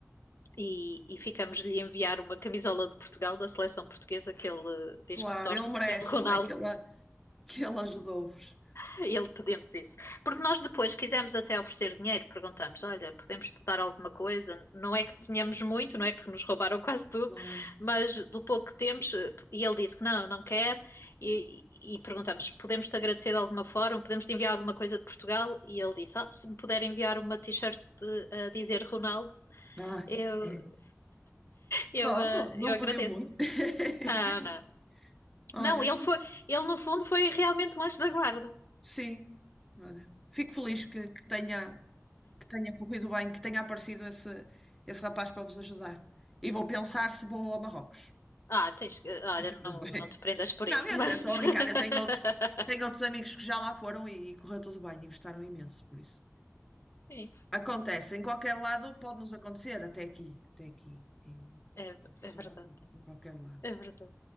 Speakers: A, on the left (about 55°); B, in the centre.
A: e, e ficamos-lhe enviar uma camisola de Portugal, da seleção portuguesa, que ele diz
B: Claro,
A: que torce
B: ele merece,
A: pelo Ronaldo.
B: não é? Que ele, que ele ajudou-vos.
A: <laughs> Ele pedimos isso. Porque nós depois quisemos até oferecer dinheiro, perguntamos: olha, podemos te dar alguma coisa? Não é que tínhamos muito, não é que nos roubaram quase tudo,
B: Claro.
A: mas do pouco que temos, e ele disse que não, não quer. E, e perguntamos: podemos te agradecer de alguma forma? Podemos te enviar alguma coisa de Portugal? E ele disse: ah, se me puder enviar uma t-shirt a dizer Ronaldo,
B: Ai.
A: eu,
B: <laughs>
A: eu,
B: Pronto,
A: eh,
B: não
A: eu agradeço.
B: pediu muito. <laughs>
A: Não, não.
B: Olha,
A: Não, ele foi, ele no fundo foi realmente um anjo da guarda.
B: sim. Olha, fico feliz que, que tenha, que tenha corrido bem, que tenha aparecido esse, esse rapaz para vos ajudar. E vou pensar se vou a Marrocos.
A: Ah, tens que. Olha,
B: <laughs> Tá
A: não,
B: bem.
A: não te prendas por
B: Não,
A: isso,
B: eu
A: mas.
B: estou
A: <laughs>
B: a brincar. Eu tenho outros, tenho outros amigos que já lá foram e, e correu tudo bem e gostaram imenso, por isso.
A: Sim,
B: Acontece, em qualquer lado pode-nos acontecer, até aqui, até aqui, em,
A: é,
B: em Portugal,
A: é verdade,
B: em qualquer lado.
A: é verdade.